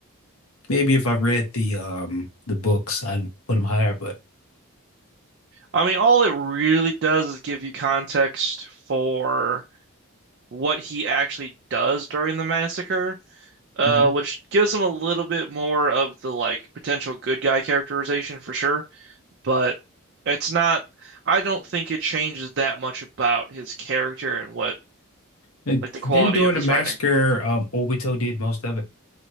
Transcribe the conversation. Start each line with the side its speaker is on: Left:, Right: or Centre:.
Left: Maybe if I read the um the books, I'd put him higher, but
Right: I mean, all it really does is give you context for what he actually does during the massacre, uh,
Left: Mhm.
Right: which gives him a little bit more of the like potential good guy characterization for sure. But it's not, I don't think it changes that much about his character and what
Left: Like,
Right: like the quality
Left: Then during
Right: of his
Left: the massacre,
Right: writing.
Left: um Obito did most of it.